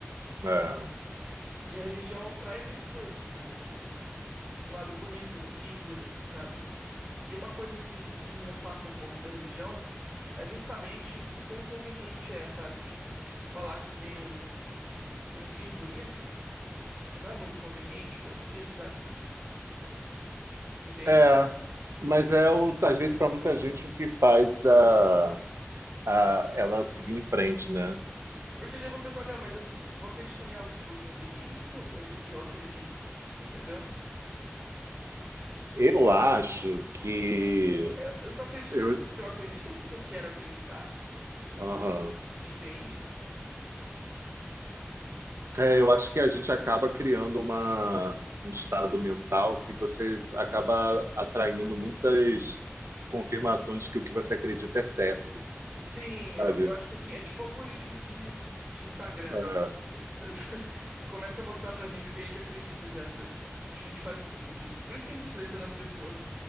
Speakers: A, on the right; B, on the right.
A: É.
B: E a religião traz isso mesmo, tipo, um, um lado bonito, um fim bonito, sabe? E uma coisa que, que me afasta um pouco da religião é justamente o quão conveniente é, sabe? Tipo, falar que tem um, um fim bonito, tipo, não é muito conveniente pra ser dito, sabe? Entende?
A: É, mas é o, às vezes para muita gente o que faz a, a- ela seguir em frente, né?
B: Porque daí eu vou pensar, meu, mas eu vou eu vou acreditar em algo por conveniência ou porque eu acredito, entendeu?
A: Eu
B: Tipo assim.
A: acho que
B: É, Eu tô acreditando
A: eu,
B: porque eu acredito ou porque eu quero acreditar?
A: aham.
B: Entende?
A: É, eu acho que a gente acaba criando uma, um estado mental que você acaba atraindo muitas confirmações de que o que você acredita é certo,
B: Sim,
A: sabe?
B: eu, eu acho que assim, é tipo algoritmo de, de Instagram.
A: É,
B: <laughs> Começa a mostrar pra gente o que a gente acredita já, sabe? Acho que a gente faz um pouco disso. Por isso que a gente seleciona as pessoas